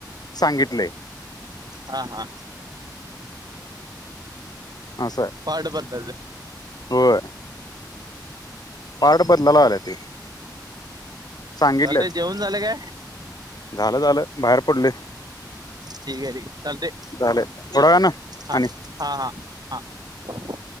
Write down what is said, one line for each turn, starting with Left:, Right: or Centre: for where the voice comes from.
Left: सांगितलय.
Right: हा. हा.
Left: असय.
Right: पार्ट बदलायचा.
Left: होय. पार्ट बदलाला आले ते. सांगितलेत.
Right: चालतंय जेवण झालं काय
Left: झालं झालं. बाहेर पडलोय.
Right: ठीक ए. ठीक ए. चालतंय.
Left: झाले थोडा वेळानं
Right: हा.
Left: आणि
Right: हा. हा. हा.